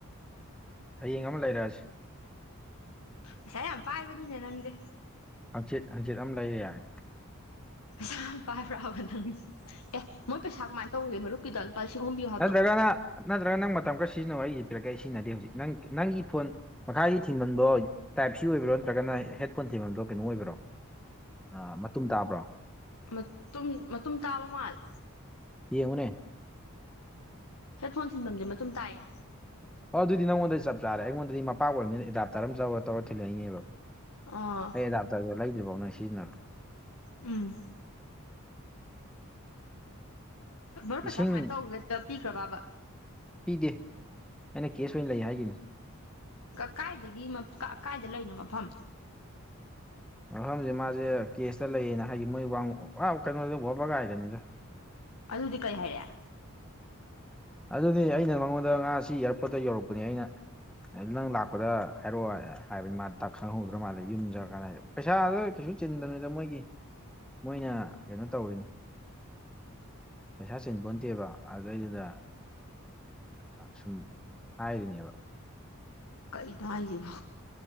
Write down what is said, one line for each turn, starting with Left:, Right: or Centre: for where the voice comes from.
Centre: ꯍꯌꯦꯡ ꯑꯃ ꯂꯩꯔꯑꯁꯤ
Left: ꯄꯩꯁꯥ ꯌꯥꯝ ꯄꯥꯏꯕꯅꯤꯅ ꯅꯪꯗꯤ
Centre: ꯍꯪꯆꯤꯠ ꯍꯪꯆꯤꯠ ꯑꯃ ꯂꯩꯌꯦ ꯌꯥꯏ
Left: ꯄꯩꯁꯥ ꯄꯥꯏꯕ꯭ꯔꯥꯕ ꯅꯪ ꯑꯦ ꯃꯣꯏ ꯄꯩꯁꯥ ꯀꯃꯥꯏꯅ ꯇꯧꯔꯒꯦ ꯃꯔꯨꯞ <unintelligible> ꯂꯤꯁꯤꯡ ꯑꯍꯨꯝ ꯍꯥꯏꯕꯗꯣ
Centre: ꯅꯠꯇ꯭ꯔꯒꯅ ꯅꯠꯇ꯭ꯔꯒꯅ ꯅꯪ ꯃꯇꯝ ꯈꯔ ꯁꯤꯖꯤꯟꯅꯧ ꯑꯩ ꯌꯦ ꯄꯤꯔꯛꯒꯦ ꯑꯩ ꯁꯤꯖꯤꯟꯅꯗꯦ ꯍꯧꯖꯤꯛ ꯅꯪ ꯅꯪꯒꯤ ꯐꯣꯟ ꯃꯈꯥꯒꯤ ꯊꯤꯟꯕꯝꯗꯣ ꯇꯥꯏꯞ ꯁꯤ ꯑꯣꯏꯕ꯭ꯔꯣ ꯅꯠꯇ꯭ꯔꯒꯅ ꯍꯦꯠꯐꯣꯟ ꯊꯤꯟꯃꯟꯗꯣ ꯀꯩꯅꯣ ꯑꯣꯏꯕ꯭ꯔꯣ ꯑ ꯃꯇꯨꯝ ꯇꯥꯕ꯭ꯔꯣ
Left: ꯃꯇꯨꯝ ꯃꯇꯨꯝ ꯇꯥꯕ ꯃꯥꯜꯂꯦ
Centre: ꯌꯦꯡꯉꯨꯅꯦ
Left: ꯍꯦ ꯐꯣꯟ ꯊꯤꯟꯐꯝꯁꯦ ꯃꯇꯨꯝ ꯇꯥꯏꯑꯦ
Centre: ꯑꯣ ꯑꯗꯨꯗꯤ ꯅꯉꯣꯟꯗ ꯆꯞ ꯆꯥꯔꯦ ꯑꯩꯉꯣꯟꯗꯗꯤ ꯃꯄꯥꯛ ꯑꯣꯏꯕꯅꯤꯅ ꯑꯦꯗꯥꯞꯇꯔ ꯑꯃ ꯇꯧꯔ ꯇꯧꯔ ꯊꯤꯜꯂꯛꯏꯕ
Left: ꯑꯥ
Centre: ꯑꯩ ꯑꯦꯗꯥꯞꯇꯔꯗ ꯂꯩꯗ꯭ꯔꯤꯕꯐꯥꯎ ꯅꯣꯏ ꯁꯤꯖꯤꯟꯅꯔꯣ
Left: ꯎꯝ ꯄꯦꯄꯔ ꯄꯩꯁꯥ
Centre: ꯏꯁꯤꯡ
Left: ꯀꯃꯥꯏꯅ ꯇꯧꯔꯒꯦ ꯄꯤꯈ꯭ꯔꯕꯕ
Centre: ꯄꯤꯗꯦ ꯑꯩꯅ ꯀꯦꯁ ꯑꯣꯏꯅ ꯂꯩ ꯍꯥꯏꯈꯤꯕꯅꯤ
Left: ꯀꯀꯥꯏꯗꯒꯤ ꯀꯀꯥꯏꯗ ꯂꯩꯅꯣ ꯃꯐꯝ
Centre: ꯃꯐꯝꯁꯦ ꯃꯥꯁꯦ ꯀꯦꯁꯇ ꯂꯩꯌꯦꯅ ꯍꯥꯏꯗꯤ ꯃꯣꯏ ꯋꯥꯡꯉ ꯀꯩꯅꯣꯗ ꯋꯥꯕ ꯒꯥꯏꯗꯅꯤꯗ
Left: ꯑꯗꯨꯗꯤ ꯀꯔꯤ ꯍꯥꯏꯔꯛꯑꯦ
Centre: ꯑꯗꯨꯗꯤ ꯑꯩꯅ ꯃꯉꯣꯟꯗ ꯉꯥꯁꯤ ꯏꯌꯥꯔꯄꯣꯔꯠꯇ ꯌꯧꯔꯛꯄꯅꯦ ꯑꯩꯅ ꯅꯪ ꯂꯥꯛꯄꯗ ꯍꯥꯏꯔꯛꯑꯣ ꯍꯥꯏꯕꯅꯤ ꯃꯥ ꯇꯥꯛ ꯈꯪꯍꯧꯗ꯭ꯔ ꯃꯥꯜꯂꯦ ꯌꯨꯝꯖꯔꯛꯀꯥꯟ ꯍꯥꯏ ꯄꯩꯁꯥꯗ ꯀꯩꯁꯨ ꯆꯤꯟꯗꯕꯅꯤꯗ ꯃꯣꯏꯒꯤ ꯃꯣꯏꯅ ꯀꯩꯅꯣ ꯇꯧꯔꯤꯅꯤ ꯄꯩꯁꯥ ꯆꯤꯟꯕꯇꯦꯕ ꯑꯗꯨꯗꯩꯗꯨꯗ ꯑ ꯁꯨꯝ ꯍꯥꯏꯔꯤꯅꯦꯕ
Left: ꯀꯩꯅꯣ ꯍꯥꯏꯁꯤꯕꯣ